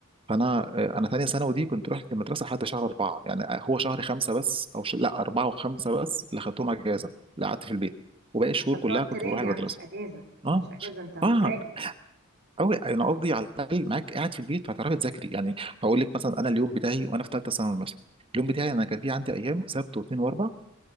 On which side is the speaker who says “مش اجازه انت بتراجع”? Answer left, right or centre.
Right